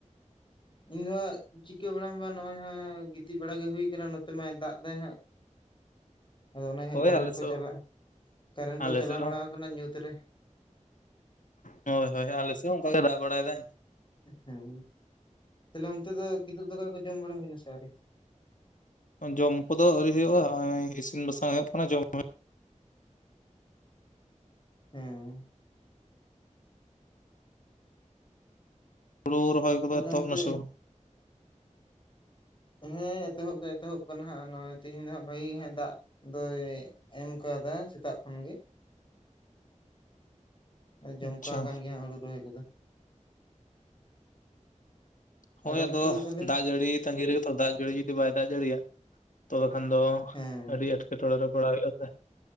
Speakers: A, on the left; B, on the left.
A: ᱤᱧ ᱫᱚ ᱦᱟᱸᱜ ᱪᱤᱠᱟᱹ ᱵᱟᱲᱟ ᱦᱚᱸ ᱵᱟᱝ ᱱᱚᱜᱚᱭ ᱦᱟᱜ ᱜᱤᱛᱤᱡ ᱵᱟᱲᱟ ᱜᱮ ᱦᱩᱭᱩ ᱟᱠᱟᱱᱟ ᱱᱚᱛᱮ ᱢᱟᱭ ᱫᱟᱜ ᱮᱫᱟᱭ ᱦᱟᱸᱜ᱾ ᱟᱫᱚ ᱚᱱᱟ ᱦᱟᱸᱜ
B: ᱦᱳᱭ
A: ᱠᱟᱨᱮᱱᱴ
B: ᱟᱞᱮ
A: ᱠᱚ
B: ᱥᱮᱫ
A: ᱪᱟᱞᱟᱜᱼᱟ ᱠᱟᱨᱮᱱᱴ ᱠᱚ
B: ᱟᱞᱮ
A: ᱪᱟᱞᱟᱣ
B: ᱥᱮᱫ
A: ᱵᱟᱲᱟ
B: ᱦᱚᱸ
A: ᱠᱟᱱᱟᱱᱟ ᱧᱩᱛ ᱨᱮ
B: ᱦᱳᱭ ᱦᱳᱭ ᱟᱞᱮᱥᱮᱫ ᱦᱚᱸ ᱚᱱᱠᱟᱟᱜᱮ ᱫᱟᱜ ᱵᱟᱲᱟᱭᱮᱫᱟᱭ
A: ᱦᱮᱸ ᱛᱟᱦᱚᱞᱮ ᱚᱱᱛᱮ ᱫᱚ ᱠᱤᱛᱩᱵ ᱫᱟᱠᱟ ᱠᱚ ᱡᱚᱢ ᱵᱟᱲᱟ ᱦᱩᱭᱱᱟ ᱥᱮ ᱟᱹᱣᱨᱤ?
B: ᱡᱚᱢ ᱠᱚᱫᱚ ᱟᱣᱨᱤ ᱦᱩᱭᱩᱜᱳᱼᱟ ᱤᱥᱤᱱ ᱵᱟᱥᱟᱝ ᱦᱩᱭᱩᱜᱳᱜ ᱠᱟᱱᱟ ᱡᱚᱢᱼᱟ
A: ᱦᱩᱸ
B: ᱦᱩᱲᱩ ᱨᱚᱦᱚᱭ ᱠᱚᱫᱚ
A: ᱛᱟᱦᱞᱮ
B: ᱮᱛᱚᱦᱚᱯ
A: ᱚᱱᱛᱮ
B: ᱮᱱᱟ ᱥᱮ ᱵᱟᱝ?
A: ᱦᱮᱸ ᱮᱛᱚᱦᱚᱵ ᱫᱚ ᱮᱛᱚᱦᱚᱵ ᱠᱟᱱᱟ ᱦᱟᱸᱜ ᱱᱚᱜ-ᱚᱭ ᱛᱮᱦᱤᱧ ᱫᱚ ᱦᱟᱸᱜ ᱵᱷᱟᱜᱤ ᱜᱮ ᱦᱜ ᱫᱟᱜ ᱫᱚᱭ ᱮᱢ ᱠᱟᱣᱫᱟ ᱥᱮᱛᱟᱜ ᱠᱷᱚᱱ ᱜᱮ᱾ ᱫᱚ ᱡᱚᱢ
B: ᱟᱪᱪᱷᱟ
A: ᱠᱚᱣᱟᱟᱱ ᱜᱮ ᱦᱟᱸᱜ ᱦᱩᱲᱩ ᱨᱚᱦᱚᱭ ᱠᱚᱫᱚ ᱟᱨ
B: ᱦᱳᱭ
A: ᱚᱱᱛᱮ
B: ᱟᱫᱚ
A: ᱫᱚ ᱛᱟᱦᱚᱞᱮ
B: ᱫᱟᱜ ᱡᱟᱹᱲᱤ ᱛᱟᱟᱹᱜᱤ ᱨᱮᱜᱮᱛᱚ ᱫᱟᱜ ᱡᱟᱹᱲᱤ ᱡᱩᱫᱤ ᱵᱟᱭ ᱫᱟᱜ ᱡᱟᱹᱲᱤᱭᱟ ᱛᱚᱵᱮ ᱠᱷᱟᱱ ᱫᱚ
A: ᱦᱮᱸ
B: ᱟᱹᱰᱤ ᱮᱴᱠᱮᱴᱚᱬᱮ ᱨᱮ ᱯᱟᱲᱟᱣ ᱦᱩᱭᱩᱜᱼᱟ ᱥᱮ